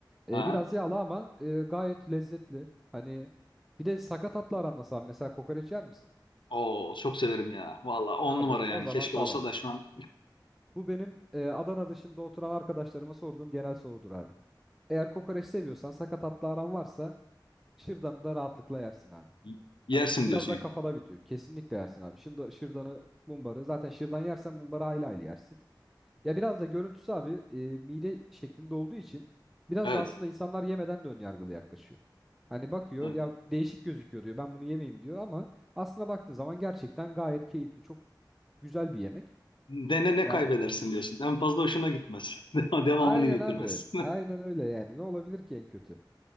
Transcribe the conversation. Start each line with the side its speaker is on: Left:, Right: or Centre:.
Centre: E,
Left: Aha.
Centre: biraz yağlı ama e, gayet lezzetli. Hani bir de sakatatla aran nasıl abi? Mesela kokoreç yer misin?
Left: Oo, çok severim ya. Valla on
Centre: Abi
Left: numara yani.
Centre: o zaman
Left: Keşke
Centre: tamam.
Left: olsa da şu an
Centre: Bu benim e, Adana dışında oturan arkadaşlarıma sorduğum genel sorudur abi. Eğer kokoreç seviyorsan sakatatla aran varsa şırdanı da rahatlıkla yersin abi.
Left: y- yersin
Centre: Hani biraz
Left: diyorsun
Centre: daha
Left: yani.
Centre: kafada bitiyor. Kesinlikle yersin abi. Şırda, şırdanı, mumbarı. Zaten şırdan yersen mumbarı aile aile yersin. Ya biraz da görüntüsü abi e, mide şeklinde olduğu için biraz
Left: Evet.
Centre: da aslında insanlar yemeden de ön yargılı yaklaşıyor. Hani bakıyor
Left: evet.
Centre: ya değişik gözüküyor diyor. Ben bunu yemeyeyim diyor ama aslına baktığı zaman gerçekten gayet keyifli, çok güzel bir yemek.
Left: Dene ne
Centre: Yani
Left: kaybedersin diyorsun. En fazla hoşuna gitmez. <laughs> Devamını
Centre: aynen
Left: getirmez.
Centre: abi. Aynen öyle yani. Ne olabilir ki en kötü?